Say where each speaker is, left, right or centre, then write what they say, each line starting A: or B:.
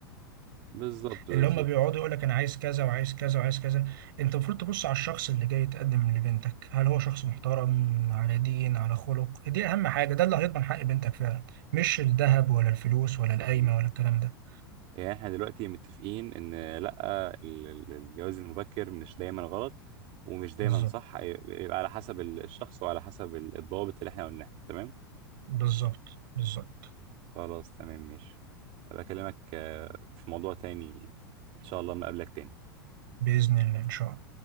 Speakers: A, on the right; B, on the right.
A: بالظبط
B: اللي
A: بالظبط
B: هم بيقعدوا يقول لك انا عايز كذا وعايز كذا وعايز كذا انت المفروض تبص على الشخص اللي جاي يتقدم لبنتك هل هو شخص محترم على دين على خلق دي اهم حاجه ده اللي هيضمن حق بنتك فعلا مش الذهب ولا الفلوس ولا
A: صحيح
B: القايمه ولا الكلام ده
A: يعني احنا دلوقتي متفقين ان لا ال- ال- الجواز المبكر مش دايما غلط ومش دايما
B: بالظبط
A: صح يبقى على حسب الشخص وعلى حسب الضوابط اللي احنا قلناها تمام
B: بالظبط بالظبط
A: خلاص تمام ماشي أبقى اكلمك آه، في موضوع تاني ان شاء الله ما قبلك تاني
B: باذن الله ان شاء الله